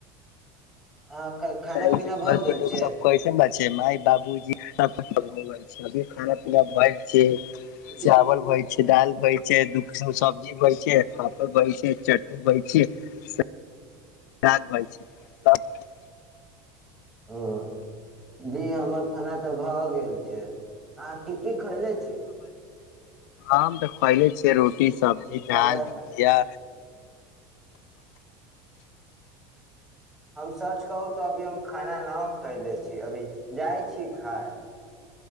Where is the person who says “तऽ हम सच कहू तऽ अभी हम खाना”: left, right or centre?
Centre